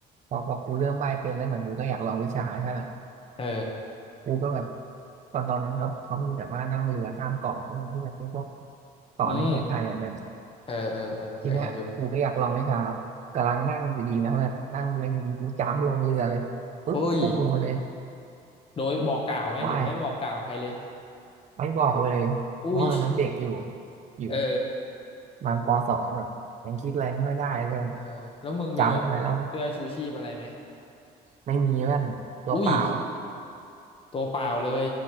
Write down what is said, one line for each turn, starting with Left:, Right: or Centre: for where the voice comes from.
Right: พอพอกูเริ่มว่ายเป็นแล้วเหมือนกูก็อยากลองวิชาใช่ป่ะ
Left: เออ
Right: กูก็แบบตอนตอนนั้นเขาเขามีแบบว่านั่งเรือข้ามเกาะเรื่องที่แบบเป็นพวกเกาะในประเทศไทยอะแบบ
Left: อืมเออเออเออเคยเห็นอยู่
Right: ทีเนี้ยกูก็อยากลองวิชากำลังนั่งอยู่ดีนะเพื่อนนั่งเรืออยู่ดีกูจ้ำลงเรือเลยปึ๊บพุ่งลงไปเลย
Left: อุ้ยโดยบอกกล่าวไหมหรือไม่บอกกล่าวใครเลย
Right: ว่ายไม่บอกเลยเพราะว่าตอนนั้นเด็กอยู่
Left: อุ้ย
Right: อยู่
Left: เออ
Right: ประมันปสองแบบยังคิดอะไรไม่ค่อยได้เพื่อน
Left: เออแล้วมึงมีแบบเสื้อชูชีพอะไรไหม
Right: จ้ำลงไปแล้วไม่มีเพื่อนตัวเปล่า
Left: อุ้ยตัวเปล่าเลย